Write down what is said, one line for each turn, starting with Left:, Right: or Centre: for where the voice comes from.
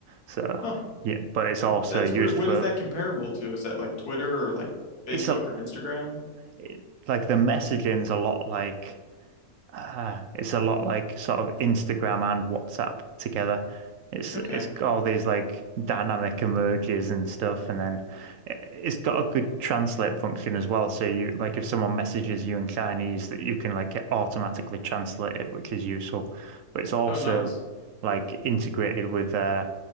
Right: So
Left: Huh.
Right: yeah, but it's also
Left: That's
Right: used
Left: weird. What
Right: for
Left: is that comparable to? Is that like Twitter or like Facebook
Right: it's a
Left: or Instagram?
Right: it, like the messaging's a lot like. Ah, it's a lot like sort of Instagram and WhatsApp together. It's
Left: Okay.
Right: it's got all these like dynamic emojis and stuff, and then it- it's got a good translate function as well. So you like if someone messages you in Chinese, that you can like automatically translate it, which is useful. But it's also
Left: Oh, nice.
Right: like integrated with uh,